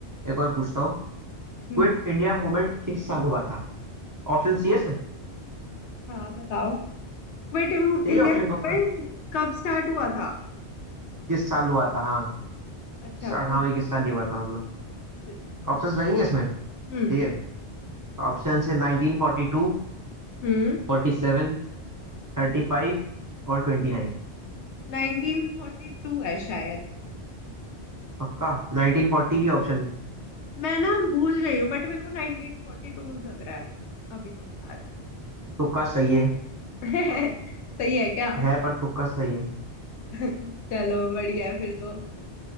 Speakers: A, on the right; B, on the left.
A: एक और पूछता हूँ
B: हम्म
A: क्विट इंडिया मूवमेंट किस साल हुआ था ऑप्शन सी एस में
B: हाँ बताओ वेट इंडिया
A: चाहिए ऑप्शन
B: गवर्नमेंट
A: पक्का
B: कब स्टार्ट हुआ था
A: किस साल हुआ था हाँ
B: अच्छा
A: अठारहवीं
B: पूछ
A: किस
B: ऑप्शन
A: साल ही हुआ
B: दे
A: था मतलब
B: options दे दो
A: ऑप्शंस लगेंगे इसमें ठीक
B: हम्म
A: है ऑप्शन है nineteen forty two
B: हम्म
A: forty seven thirty five और ट्वेंटी
B: हम्म
A: नाइन
B: नाइनटीन फोर्टी टू है शायद
A: पक्का नाइनटीन फोर्टी भी ऑप्शन में
B: मैं ना भूल गई हूँ बट मेरे को नाइनटीन फोर्टी टू लग रहा है अभी तो फिलहाल
A: तुक्का सही है
B: <laughs> सही है क्या
A: है पर तुक्का सही है
B: <laughs> चलो बढ़िया है फिर तो